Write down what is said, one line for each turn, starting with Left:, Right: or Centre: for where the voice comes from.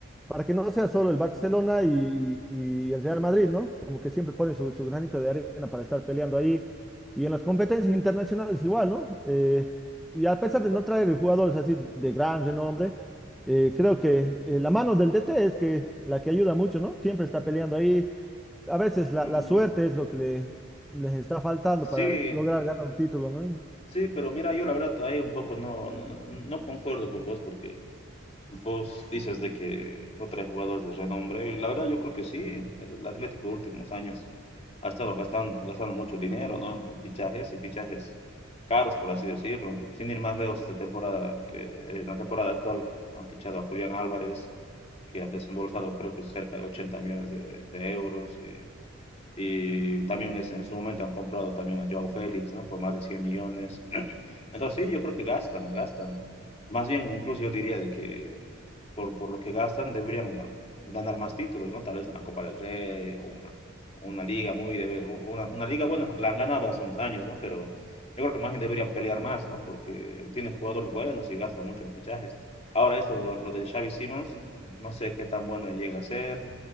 Centre: para que no sea solo el Barcelona y, y- y el Real Madrid, ¿no? Como que siempre pone su, su granito de arena para estar peleando ahí. Y en las competencias internacionales igual, ¿no? Eh, y a pesar de no traer jugadores así de gran renombre, eh, creo que eh, la mano del DT es que la que ayuda mucho, ¿no? Siempre está peleando ahí a veces la,
Left: Mm,
Centre: la suerte es lo que le, les está faltando para
Left: sí,
Centre: lograr ganar un título, ¿no? Y
Left: sí, pero mira, yo la verdad ahí un poco no, no, no, no concuerdo con vos porque Vos dices de que no trae jugadores de renombre. y La verdad, yo creo que sí. El Atlético de últimos años ha estado gastando, gastando mucho dinero, ¿no? En fichajes y fichajes caros, por así decirlo. Sin ir más lejos, esta temporada, que en la temporada actual han fichado a Julián Álvarez, que han desembolsado creo que cerca de 80 millones de, de euros. Y, y también es, en su momento han comprado también a Joao Félix, ¿no? Por más de 100 millones. Entonces, sí, yo creo que gastan, gastan. Más bien, incluso yo diría de que por, por lo que gastan, deberían ganar más títulos, ¿no? Tal vez una Copa del Rey o una, una liga muy... De, una, una liga, bueno, la han ganado hace unos años, ¿no? Pero yo creo que más bien deberían pelear más, ¿no? Porque tienen jugadores buenos y gastan mucho en fichajes. Ahora esto, lo, lo de Xavi Simons, no sé qué tan bueno llega a ser,